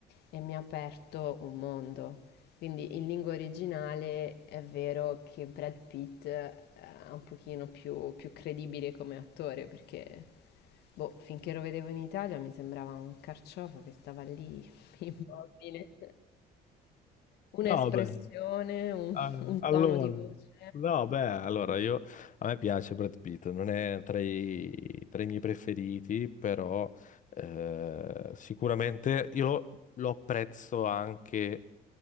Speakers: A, on the left; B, on the left.
A: e mi ha aperto un mondo. Quindi in lingua originale è vero che Brad Pitt eh, è un pochino più, più credibile come attore perché, boh, finché lo vedevo in Italia mi sembrava un carciofo che stava lì <laughs> immobile. Un'espressione,
B: No, beh,
A: un,
B: eh,
A: un
B: allora,
A: tono di voce.
B: no, beh, allora io a me piace Brad Pitt, non è tra i, tra i miei preferiti, però eh, sicuramente io lo, lo apprezzo anche.